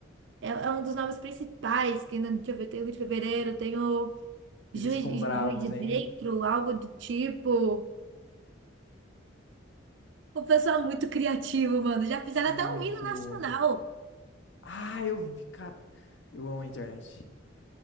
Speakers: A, on the right; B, on the left.
A: É, é um dos nomes principais, que não- deixa eu ver, tem o Rio de Fevereiro, tem o.
B: Eles
A: Juiz,
B: ficam bravos,
A: juiz de
B: hein?
A: dentro, algo do tipo. O pessoal é muito criativo, mano. Já fizeram
B: Muito.
A: até um hino nacional.
B: Ah, eu vi, cara. Eu amo a internet.